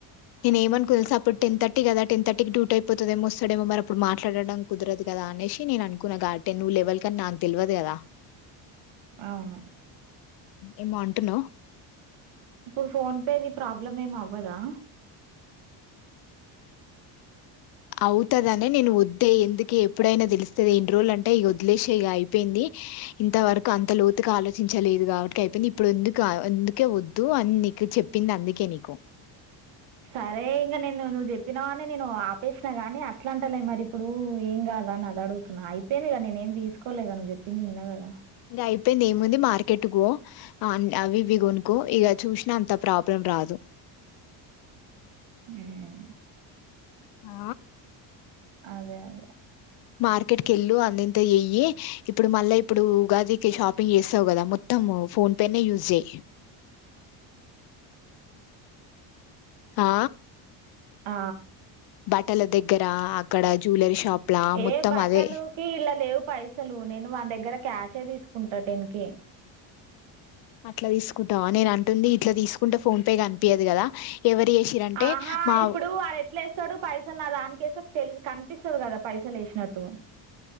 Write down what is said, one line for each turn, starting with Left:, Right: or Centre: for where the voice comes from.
Left: నేను ఎం అనుకున్న తెలుసా అప్పుడు టె థర్టీ కదా టెన్ థర్టీ డ్యూటీ అయిపోతుదేమో వస్తాడేమో అప్పుడు మాట్లాటడం కుదరది కదా అనేషి నేను అనుకున్నా గార్డె నువ్ లెవల్ కాని నాకు తెలువదు కదా
Right: అవును
Left: ఏమో అంటున్నవ్
Right: ఇప్పుడు ఫోన్ పే ప్రాబ్లం ఎం అవ్వదా
Left: అవుతదనే నేను వద్దే ఎందు ఎప్పుడైనా తెలుస్తాది ఎన్ని రోజులు అంటే ఇగ వదిలేసే ఇగ అయిపోయింది ఇంతవరకు అంత లోతుగా ఆలోచించలేదు కాబట్టి అయిపోయింది ఇప్పుడు ఎందుకు అందుకే వద్దు అని నిక్ కి చెప్పింది అందుకే నీకు
Right: సరే ఇంక నేను నువ్వు చెప్పినవనే నేను ఆపేసిన గాని అట్లా అంటలే మరి ఇప్పుడు ఏం కాదు అని అది అడుగుతున్నా అయిపోయింది కద నేనేం తీసుకోలేగా నువ్వు చెప్పింది ఇన్నా కదా
Left: ఇగ అయిపోయింది ఏముంది మార్కెట్ కో అవి ఇవి కొనుకో ఇగ చూసినా అంత ప్రాబ్లం రాదు
Right: మ్మ్.
Left: ఆ
Right: అదే అదే
Left: మార్కెట్ కెళ్ళు అందింత చెయ్యి ఇప్పుడు మళ్ళీ ఇప్పుడు ఉగాదికి షాపింగ్ చేస్తావు కదా మొత్తం మొత్తము ఫోన్ పే నే యూస్ చెయ్ ఆ
Right: ఆ
Left: బట్టల దగ్గర అక్కడ జ్యువెలరీ షాప్లా
Right: ఏ
Left: మొత్తం
Right: బట్టలుకి
Left: అదే
Right: ఇల్ల లేవ్ పైసలు నేను వాని దగ్గర క్యాషే తీసుకుంటా టెన్ కె
Left: అట్లా తీసుకుంటావా నేను అంటుంది ఇట్లా తీసుకుంటే ఫోన్ పే కనిపియదు కదా ఎవరు చేసిరంటే
Right: ఆహా
Left: మా
Right: ఇప్పుడు వాడు ఎట్లా ఎస్తాడు పైసలు నా దానికేస్తే తెలి కని పిస్తుంది కదా పైసలు వేసినట్టు